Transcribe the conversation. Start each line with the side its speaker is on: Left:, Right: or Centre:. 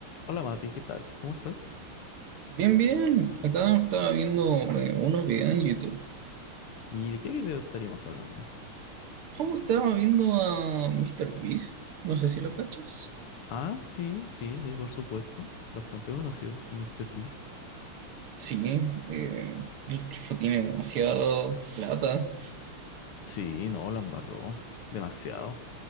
Left: Hola Mati, ¿qué tal? ¿Cómo estás?
Right: Bien, bien. Acá estaba viendo eh, unos videos en YouTube.
Left: ¿Y de qué video estaríamos hablando?
Right: Oh, estaba viendo a Mr. Beast. No sé si lo cachas.
Left: Ah, sí, sí, sí, por supuesto. Bastante conocido, el Mr. Beast.
Right: Sí, eh, el tipo tiene demasiada plata.
Left: Sí, no, la embarró. Demasiado.